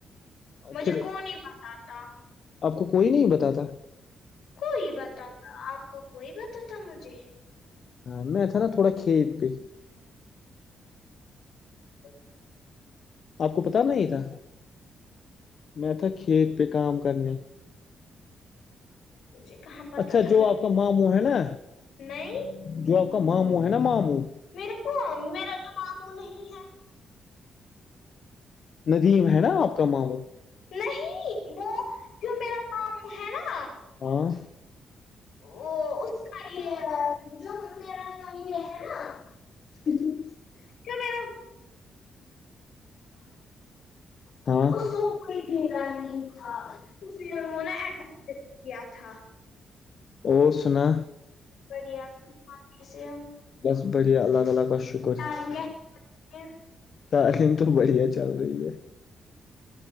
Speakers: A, on the left; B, on the left.
A: مجھے
B: پھر
A: کون ہی بتاتا
B: آپ کو کوئی نہیں بتاتا
A: کوئی بتا آپ کا کوئی بتا مجھے
B: ہاں میں ا تھ تھا نا تھوڑا کھیت پہ
A: ا
B: آپ کو پت نہیں تھا میں تھا کھیت پہ کام کرنے
A: مجھے کہاں پتا
B: اچھا
A: تھا
B: جو
A: مجھے
B: آپ کا ماموں ہے نا
A: نہیں
B: جو آپ کا ماموں ہے نا ماموں
A: میرے کو میرا تو ماموں نہیں ہے
B: ندیم ہے نا آپ کا ماموں
A: نہیں وہ جو میرا مام ہے نا
B: ہاں
A: وہ
B: جو
A: کا یہ
B: میرا نا
A: تو ما
B: کوئی
A: اس کو نہیں
B: بھیگا
A: جانتا
B: نہیں تھا
A: اس لیے
B: ہ
A: وہ نا ایڈمٹ کیا تھا
B: اور سنا
A: بڑھیا کیسے ہو
B: بس بھیا الگ الگ کوشچن
A: تعلیم کیسے ہے
B: تعلیم تو بڑھیا چل رہی ہے